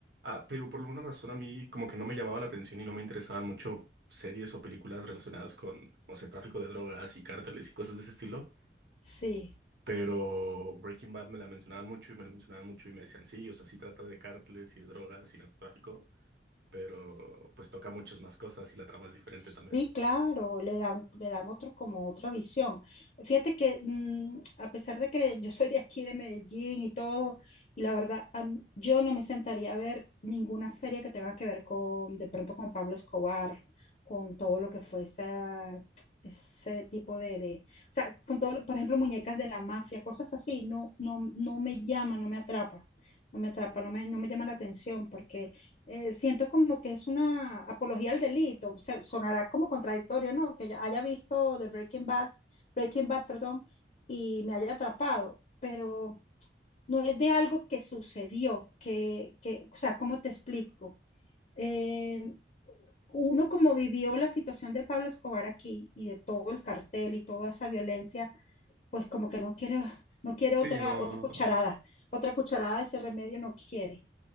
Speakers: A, on the right; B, on the left.
A: Ah, te digo, por alguna razón a mí como que no me llamaba la atención y no me interesaban mucho series o películas relacionadas con, no sé, tráfico de drogas y cárteles y cosas de ese estilo,
B: Sí.
A: pero Breaking Bad me la mencionaban mucho y me la mencionaban mucho y me decían, sí, o sea, sí trata de cárteles y de drogas y narcotráfico, pero pues toca muchas más cosas y la trama es diferente
B: Sí,
A: también.
B: claro, le dan, le dan otro, como otra visión. Fíjate que mm, a pesar de que yo soy de aquí, de Medellín y todo, y la verdad, am- yo no me sentaría a ver ninguna serie que tenga que ver con, de pronto con Pablo Escobar, con todo lo que fue esa- ese tipo de, de, o sea, con todo, lo- por ejemplo, muñecas de la mafia, cosas así, no, no, no me llama, no me atrapa, no me atrapa, no me, no me llama la atención porque eh, siento como que es una apología al delito, o sea, sonará como contradictorio, ¿no? Que ya haya visto The Breaking Bad, Breaking Bad, perdón, y me haya atrapado, pero no es de algo que sucedió, que, que o sea, ¿cómo te explico? Eh, uno como vivió la situación de Pablo Escobar aquí y de todo el cartel y toda esa violencia, pues como que no quiere, no quiere
A: Sí,
B: otra,
A: no.
B: otra cucharada, otra cucharada de ese remedio no quiere.